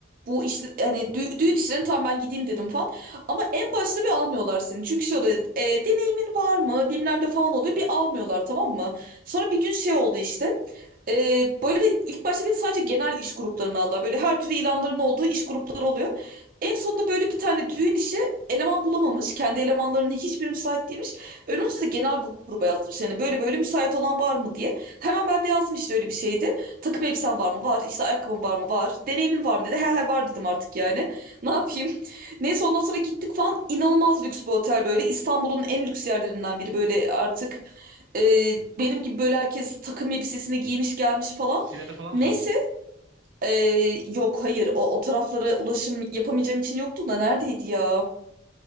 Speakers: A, on the right (about 45°); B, on the right (about 80°).
A: bu işte hani dü- düğün işlerini tam ben gideyim dedim falan. Ama en başta bir almıyorlar seni. Çünkü şey oluyor e, deneyimin var mı bilmem ne falan oluyor. Bir almıyorlar tamam mı? Sonra bir gün şey oldu işte. E, böyle ilk başta beni sadece genel iş gruplarına aldılar. Böyle her türlü ilanların olduğu iş grupları oluyor. En sonunda böyle bir tane düğün işi eleman bulamamış. Kendi elemanlarının hiçbiri müsait değilmiş. Önümüzde de genel gruba yazmış. Hani böyle böyle müsait olan var mı diye. Hemen ben de yazdım işte öyle bir şeydi. Takım elbisen var mı? Var. İşte ayakkabın var mı? Var. Deneyimin var mı dedi. He he var dedim artık yani. Ne yapayım? <laughs> Neyse ondan sonra gittik falan. İnanılmaz lüks bir otel böyle. İstanbul'un en lüks yerlerinden biri böyle artık. e, benim gibi böyle herkes takım elbisesini giymiş gelmiş falan.
B: Şile'de falan
A: Neyse.
B: mı?
A: e, yok hayır o, o taraflara ulaşım yapamayacağım için yoktu da neredeydi ya?